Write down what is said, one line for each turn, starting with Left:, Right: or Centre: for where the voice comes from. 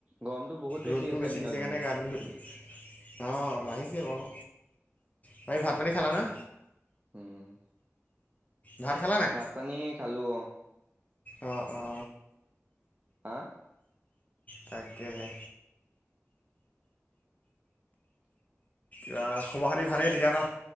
Right: গৰমটো বহুত
Left: ৰ'দটো
Right: হৈছে
Left: বেছি
Right: দিনক
Left: দিছে কাৰণে
Right: দিনে।
Left: গা ধোই লৈছো। অ বাঢ়িছে বাৰু, বাকী ভাত পানী খালা নে?
Right: উম!
Left: ভাত খালা নাই?
Right: পানী খালো অ'।
Left: অ', অ'।
Right: হা?
Left: তাকেহে। এয়া খবৰ খাতি ভালেই তেতিয়া ন,